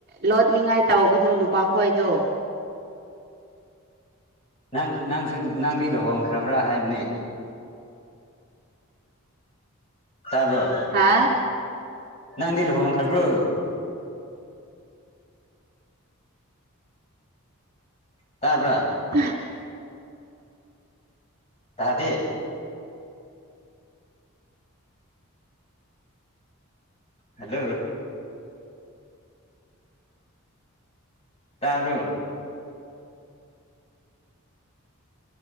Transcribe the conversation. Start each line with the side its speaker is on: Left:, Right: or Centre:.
Right: ꯂꯣꯠꯅꯤꯡꯉꯥꯏ ꯇꯧꯒꯅꯨ ꯅꯨꯄꯥꯈꯣꯏꯗꯨ
Left: ꯅꯪ ꯅꯪꯁꯨ ꯅꯪꯗꯤ ꯂꯨꯍꯣꯡꯈ꯭ꯔꯕ꯭ꯔ ꯍꯥꯏꯕꯅꯤ ꯇꯥꯕ꯭ꯔꯣ
Right: ꯍꯥ
Left: ꯅꯪꯗꯤ ꯂꯨꯍꯣꯡꯈ꯭ꯔꯕ꯭ꯔꯣ ꯇꯥꯕ꯭ꯔꯥ
Right: <unintelligible>
Left: ꯇꯥꯗꯦ ꯍꯜꯂꯣ ꯇꯥꯕ꯭ꯔꯣ